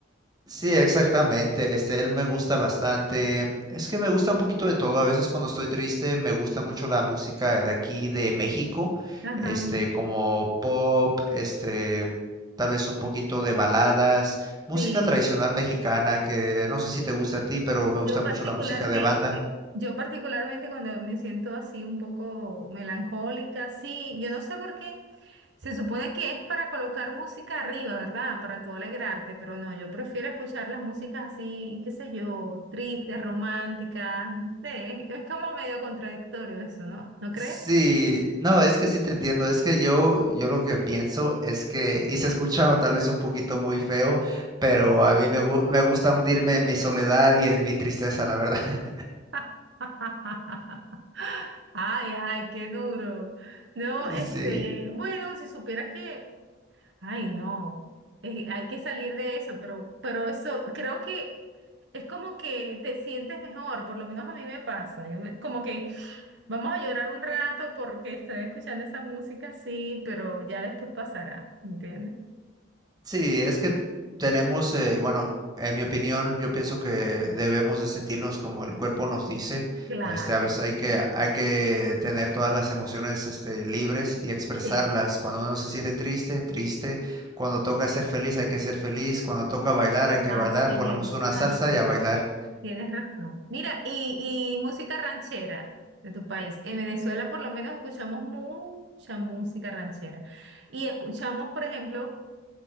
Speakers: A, on the right; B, on the right.
A: Sí, exactamente. Este, él me gusta bastante. Es que me gusta un poquito de todo. A veces cuando estoy triste me gusta mucho la música de aquí de México,
B: ajá,
A: este, como pop, este, tal vez un poquito de baladas, música
B: sí,
A: tradicional mexicana que no sé si te gusta a ti, pero
B: Yo
A: me gusta
B: particularmente,
A: mucho la música de banda.
B: yo particularmente cuando me siento así un poco melancólica, sí, yo no sé por qué. Se supone que es para colocar música arriba, ¿verdad? Para tú alegrarte, pero no, yo prefiero escuchar las músicas así, qué sé yo, tristes, románticas, no sé, es, es como medio contradictorio eso, ¿no? ¿No crees?
A: Sí, no, es que sí te entiendo, es que yo, yo lo que pienso es que, y se escucha tal vez un poquito muy feo, pero a mí me, gu- me gusta hundirme en mi soledad y en mi tristeza, la verdad. <laughs>
B: <laughs> Ay, ay, qué duro. No,
A: Sí.
B: este, bueno, si supieras que Ay, no. Eh, hay que salir de eso, pero, pero eso creo que es como que te sientes mejor, por lo menos a mí me pasa. Yo me- como que vamos a llorar un rato porque estoy escuchando esa música, sí, pero ya después pasará, ¿entiendes?
A: Sí, es que tenemos, eh, bueno, en mi opinión, yo pienso que debemos de sentirnos como el cuerpo nos dice.
B: Claro,
A: Este, a veces hay que, hay que tener todas las emociones, este, libres y expresarlas.
B: sí,
A: Cuando uno se siente triste, triste. Cuando toca ser feliz, hay que ser feliz. Cuando toca bailar, hay que
B: así
A: bailar. Ponemos
B: es,
A: una
B: así
A: salsa y
B: es.
A: a bailar.
B: Tienes razón. Mira, y, y música ranchera de tu país. En Venezuela por lo menos escuchamos mucha música ranchera. Y escuchamos, por ejemplo,